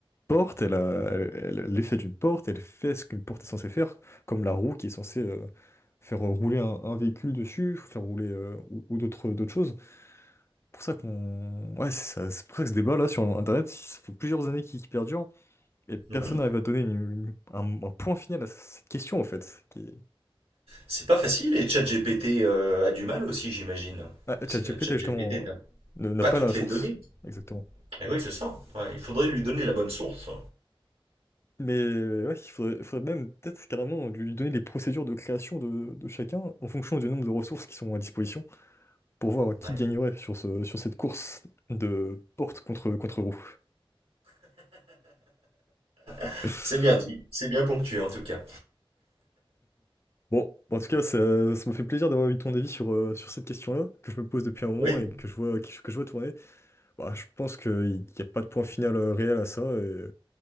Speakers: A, on the left; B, on the right.
A: porte, elle a, elle- elle- l'effet d'une porte, elle fait ce qu'une porte est censée faire, comme la roue qui est censée euh, faire rouler un, un véhicule dessus, faire rouler euh, ou, ou d'autres d'autres choses. C'est pour ça qu'on... Ouais, c'est ça- c'est pour ça que ce débat-là sur Internet, ça fait plusieurs années qu'il qu'il perdure, et personne
B: Mhm.
A: n'arrive à donner une- une- un, un point final à cette question, en fait. Qui...
B: C'est pas facile et ChatGPT euh, a du mal aussi, j'imagine.
A: Ah,
B: Parce
A: ChatGPT,
B: que ChatGPT
A: justement,
B: n'a
A: ne- n'a
B: pas
A: pas
B: toutes
A: la
B: les
A: source.
B: données.
A: Exactement.
B: Et oui, c'est ça. Ouais, il faudrait lui donner la bonne source.
A: Mais ouais, il faudrait, faudrait même peut-être carrément lui donner les procédures de création de, de chacun en fonction du nombre de ressources qui sont à disposition pour voir qui
B: Ouais.
A: gagnerait sur ce, sur cette course de porte contre, contre roue.
B: <laughs>
A: <laughs>
B: C'est bien dit, c'est bien ponctué en tout cas.
A: Bon, en tout cas, ça, ça me fait plaisir d'avoir eu ton avis sur, euh, sur cette question-là, que je me pose depuis un moment
B: Oui,
A: et que je vois, que, je que je vois tourner. Bah, je pense qu'il n'y a pas de point final euh, réel à ça et,